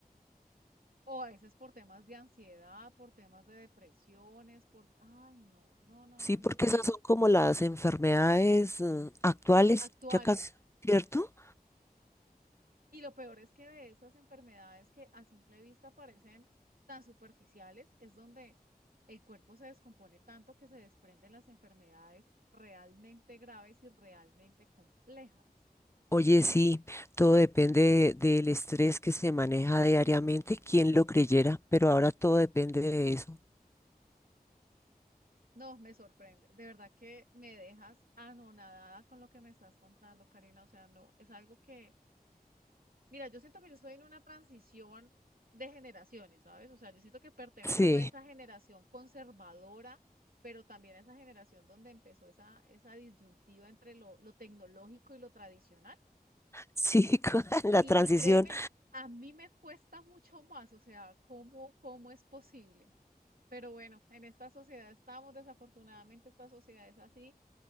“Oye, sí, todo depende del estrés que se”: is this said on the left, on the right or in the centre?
Left